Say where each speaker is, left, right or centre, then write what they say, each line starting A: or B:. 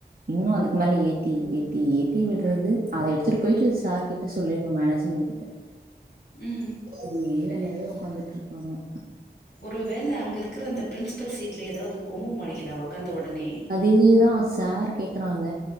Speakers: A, on the right (about 55°); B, on the left (about 80°).
A: இன்னு அதுக்கு மேல ஏ தி ஏத்தி ஏத்தி விட்றது அத எடுத்துட்டு போயிட்டு சார் கிட்ட சொல்லிர்ன்னு மேனேஜ்மெண் கிட்ட
B: ம்
A: இது <unintelligible> நெறைய ஒக்காந்துட் இருக்காங்க
B: ஒரு வேல அங்க இருக்கற அந்த பிரின்ஸ்பல் சீட்ல எதாவது கொம்பு மொழைகிதா ஒக்காந்த ஒடனே
A: அதேதா சார் கேக்கறாங்க